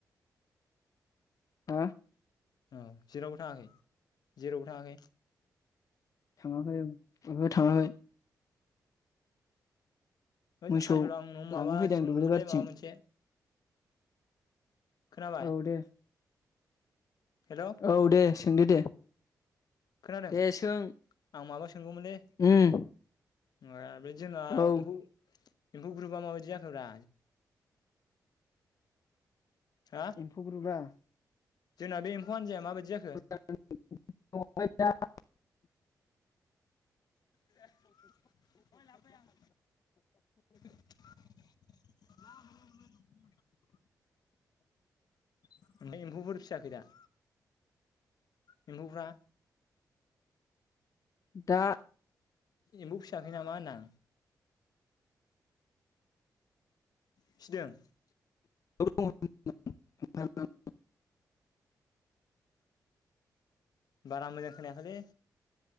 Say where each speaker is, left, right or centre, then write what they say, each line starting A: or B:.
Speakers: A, on the left (about 55°); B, on the left (about 70°).
A: ओ
B: औ जेरावबो थाङाखै जेरावबो थाङाखै?
A: थाङाखै ओहो थाङाखै।
B: होद
A: मोसौ
B: आसोल आं नोंनाव माबा
A: लांनो फैदों
B: सोंगौमोनलै
A: आं दुब्लि बारिथिं
B: माबा मोनसे खोनाबाय
A: औ दे
B: हेलौ
A: औ दे सोंदो दे।
B: खोनादों
A: दे सों
B: आं माबा सोंगौमोनलै
A: उम
B: ओ बे जोंना
A: औ
B: एम्फौ एम्फौ ग्रुपआ माबायदि जाखोब्रा? हा
A: एम्फौ ग्रुपआ?
B: जोंना बे एमफौ हानजाया माबायदि‌ जाखो?
A: <unintelligible>
B: <inaudible> <inaudible> ओमफ्राय एम्फौफोर फिसियाखै दा? एम्फौफ्रा?
A: दा
B: एम्फौ फिसियाखै नामा होनदो आं? फिसिदों।
A: <unintelligible>
B: बारा मोजां खोनायाखैलै